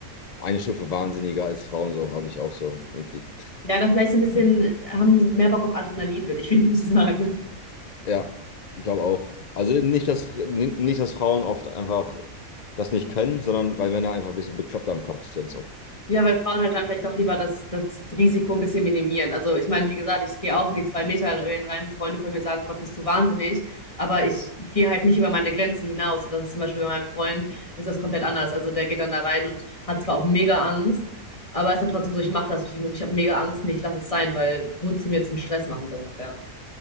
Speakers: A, on the left; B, on the left.
A: eine Stufe wahnsinniger als Frauen, so habe ich auch so irgendwie.
B: Ja, da vielleicht so ein bisschen haben mehr Bock auf Adrenalin, würde ich <laughs> wenigstens sagen.
A: Ja, glaube auch. Also nicht, dass, nicht, dass Frauen oft einfach das nicht können, sondern weil Männer einfach ein bisschen bekloppter am Kopf sind, so.
B: Ja, weil Frauen halt dann vielleicht auch lieber das, das Risiko ein bisschen minimieren. Also ich meine, wie gesagt, ich gehe auch in die zwei Meter Regeln rein, wo Freunde von mir sagen, Gott, bist du wahnsinnig, aber ich gehe halt nicht über meine Grenzen hinaus. Und das ist zum Beispiel bei meinem Freund, ist das komplett anders. Also der geht dann da rein und hat zwar auch mega Angst, aber ist dann trotzdem so, ich mache das. Und ich denke so, ich habe mega Angst, nee, ich lasse es sein, weil wozu mir jetzt den Stress machen, so ungefähr.